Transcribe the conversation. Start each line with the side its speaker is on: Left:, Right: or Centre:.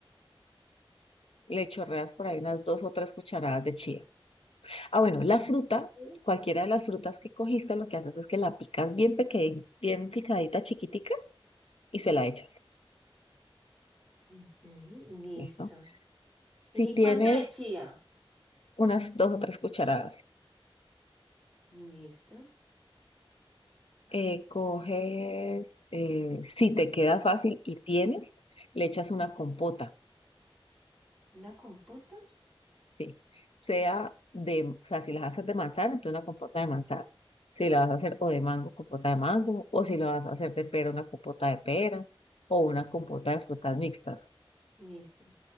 Left: Le chorreas por ahí unas dos o tres cucharadas de chía. Ah, bueno, la
Centre: ujú,
Left: fruta, cualquiera de las frutas que cogiste, lo que haces es que la picas bien pequeña, bien picadita, chiquitica, y se la echas.
Centre: ujú, Listo.
Left: ¿Listo?
Centre: ¿Y
Left: Si tienes
Centre: cuánto de chía?
Left: unas dos o tres cucharadas,
Centre: Listo.
Left: eh, coges, eh, si te queda fácil y tienes, le echas una compota.
Centre: ¿Una compota?
Left: Sí, sea de, o sea, si las haces de manzana, entonces una compota de manzana. Si la vas a hacer o de mango, compota de mango, o si la vas a hacer de pera, una compota de pera, o una compota de frutas mixtas.
Centre: Listo.